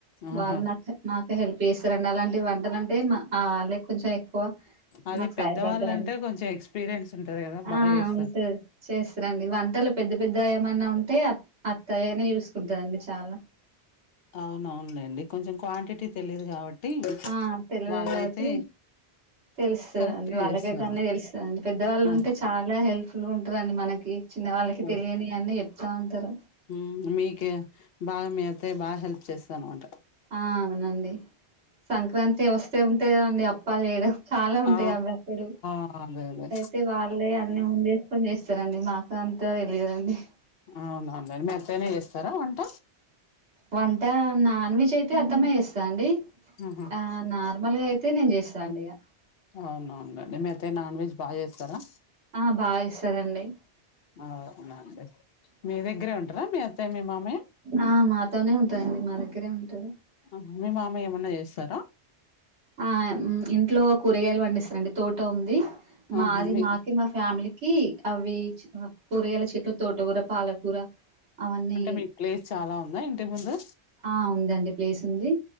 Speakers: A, on the left (about 65°); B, on the right (about 80°).
A: ఆహా
B: వాల్లు నా అచ మా అత్తగా హెల్ప్ చేస్తారండి అలాంటి వంటలంటె మా ఆ వాళ్ళే కొంచెం ఎక్కువ
A: అదే
B: మాకు
A: పెద్దవాళ్ళు
B: సయపడతరండి
A: అంటే కొంచెం ఎక్స్పీరియన్స్ ఉంటది కదా
B: ఆ
A: బాగా చేస్తారు
B: అంటే చేస్తారండి వంటలు పెద్ద పెద్ద ఏమన్నా ఉంటే అ అత్తయ్యనే చూసుకుంటదండి చాలా
A: అవునవునులేండి కొంచెం క్వాంటిటీ తెలిదు కావట్టి
B: ఆ తెలివదు
A: వాళ్ళయితే
B: కాబట్టి తెలుస్తదండి
A: కరెక్ట్
B: వాళ్ళకైతే
A: చేస్తారు
B: అన్ని తెలుస్తదండి పెద్దవాళ్ళుంటే
A: ఆ
B: చాలా హెల్ప్ ఫుల్ గుంటదండి మనకి ఇ చిన్న వాళ్ళకి
A: ఆ
B: తెలియని అన్ని చెప్తా ఉంటరు
A: ఉమ్ మీకే బాగా మీ అత్తయ్య బాగా హెల్ప్ చేస్తాదన్నమాట
B: ఆ అవునండి సంక్రాంతి వస్తే ఉంటది కదండి అప్పాల్ జేయుడం చాలా ఉంటాయ్
A: ఆ
B: అవ్వి అప్పుడు
A: ఆ అదే అదే
B: తే వాళ్ళే అన్ని ముందేసుకొని చేస్తారండి మాకె అంత తెలియదండి
A: అవునవునండి మీ అత్తయ్య నే చేస్తారా వంట
B: వంట నాన్ విజ్ అయితే అత్తమ్మ చేస్తాదండి
A: ఆహా
B: ఆ నార్ ర్మల్ గా అయితే నేను చేస్తాండి ఇగ
A: అవునవుండండి మీ అత్తయ్య నాన్ వెజ్ బాగా చేస్తారా
B: ఆ బా చేస్తరండి
A: అవునండి మీ దగ్గరే ఉంటరా మీ అత్తయ్యమీ మామయ్య
B: ఆ మాతోనే ఉంటదండి మా దగ్గరే ఉంటరు
A: అహ మీ మామయ్య ఏమన్నా చేస్తారా
B: ఆ ఇంట్లో కూరగాయలు పండిస్తారండి తోట ఉంది మాది
A: ఆహా మీ
B: మాకి మా ఫ్యామిలీకి అవి చు కూరగాయల చెట్లు తోటగూర పాలకూర అవన్నీ
A: అంటే మీకు ప్లేస్ చాలా ఉందా ఇంటి ముందు
B: ఆ ఉందండి ప్లేస్ ఉంది